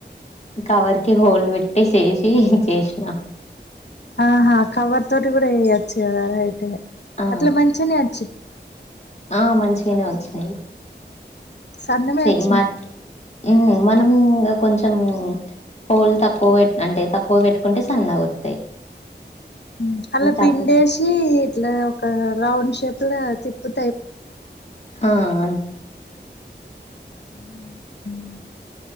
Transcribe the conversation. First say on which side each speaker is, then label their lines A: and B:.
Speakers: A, on the left; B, on the left.
A: కవర్ కి హోల్ పెట్టి సేసి చేసినా
B: ఆహా కవర్ తోటి కూడా చేయచ్చు గదా రైటే
A: ఆ
B: అట్ల మంచినే వొచ్ యా మరి
A: ఆ మంచిగనే వచ్చినయి
B: సన్నమే అచ్చినయా
A: ఉ మనం ఇగ కొంచెం హోల్ తక్కువ పెట్ అంటే తక్కువ పెట్టుకుంటే సన్నగా వత్తయి
B: హ్మ్ అలా పిండేసి
A: తక్కువ
B: ఇట్లా ఒక రౌండ్ షేప్ ఇట్లా తిప్పుతె అయిపోతదా
A: ఆ అంతే
B: హ్మ్ హ్మ్